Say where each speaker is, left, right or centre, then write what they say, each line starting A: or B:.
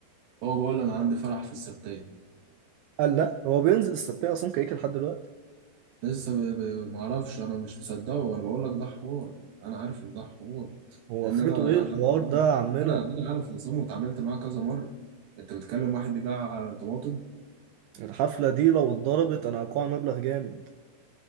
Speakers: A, on the right (about 70°); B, on the right (about 85°).
A: هو بقول انا عندي فرح في السبتايه
B: قال لا هو بينزل السبتية عصام كيكة لحد دلوقتي
A: لسه ب... ب... معرفش انا مش مصدقه وانا بقول لك ده حوار انا عارف ان ده حوار
B: هو
A: لان
B: اخرته
A: انا
B: ايه بجد
A: انا
B: الحوار
A: بتعامل
B: ده يا عمنا
A: انا انا عارف عصام واتعاملت معاه كذا مره انت بتكلم واحد بيباع طماطم
B: الحفلة دي لو اتضربت انا هقع مبلغ جامد